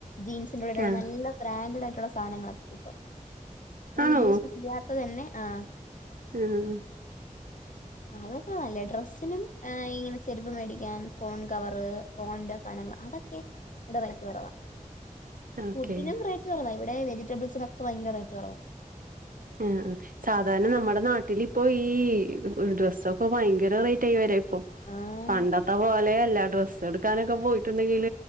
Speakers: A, on the left; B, on the right.
A: ജീൻസിന്റെടെ
B: ആഹ്
A: നല്ല ബ്രാൻഡ് ആയിട്ടുള്ള സാധനങ്ങളൊക്കെ കിട്ടും ഞാൻ
B: ആണോ
A: യൂസ് ചെയ്യാത്തത് തന്നെ ആ
B: ആഹ്
A: അതൊക്കെ നല്ലേ ഡ്രസ്സിനും ഹേ ഇങ്ങനെ ചെരുപ്പ് മേടിക്കാൻ ഫോൺ കവറ് ഫോണിന്റെ സാധനങ്ങൾ അതൊക്കെ ഇവിടെ റേറ്റ് കുറവാണ്.
B: ഓക്കെ
A: ഫുഡിനും റൈറ്റ് കൊറവ ഇവിടെ വെജിറ്റബിൾസിനൊക്കെ ഭയങ്കര റൈറ്റ് കൊറവ
B: ആ ആ സാധാരണ നമ്മുടെ നാട്ടിലിപ്പോ ഈ ഡ്രസ്സൊക്കെ ഭയങ്കര റേറ്റ് ആയി വരാ
A: ആഹ്
B: പണ്ടത്തെ പോലെയല്ല ഡ്രസ് ടുക്കാനൊക്കെ പോയിട്ടുണ്ടെങ്കിൽ